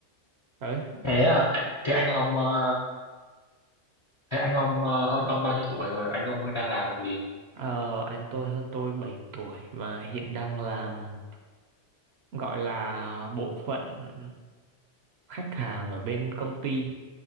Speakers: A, on the right; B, on the left.
A: ấy
B: thế à, anh- thế anh ông ờ, thế anh ông ờ, hơn ông bao nhiêu tuổi rồi anh ông đang làm gì
A: ờ, anh tôi hơn tôi 7 tuổi và hiện đang làm gọi là bộ phận khách hàng ở bên công ty